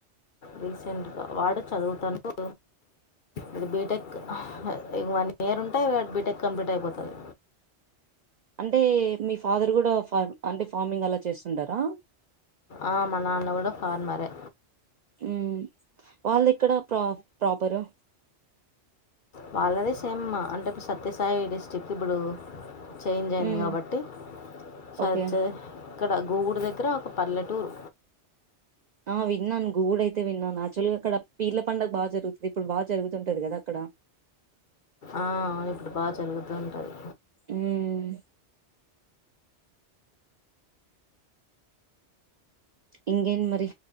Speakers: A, on the left; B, on the right.
A: రీసెంట్గా వాడు చదువుతాండు ఇది బీటెక్ ఇగ వన్ ఇయర్ ఉంటే బీటెక్ కంప్లీట్ అయిపోతది
B: అంటే మీ ఫాదర్ గూడా ఫార్ అంటే ఫార్మింగ్ అలా చేస్తుంటారా
A: ఆ మా నాన్న గూడా ఫార్మరే
B: ఉమ్ వాళ్ళ ఎక్కడ ప్రా ప్రాపరు
A: వాళ్ళది సేమ్ అంటే ఇప్పుడు సత్యసాయి డిస్టిక్ ఇప్పుడు చేంజ్ అయింది
B: మ్మ్
A: గాబట్టి సర్చ్
B: ఓకే
A: ఇక్కడ గోగూడు దగ్గర ఒక పల్లెటూరు
B: ఆ విన్నాను గోగూడ అయితే విన్నాను యాక్చువల్గా అక్కడ పీర్ల పండగ బాగా జరుగుతది ఇప్పుడు బాగా జరుగుతుంటది గదా అక్కడ
A: ఆ అవును ఇప్పుడు బాగా జరుగుతూంటది
B: ఉమ్ ఇంగేంది మరి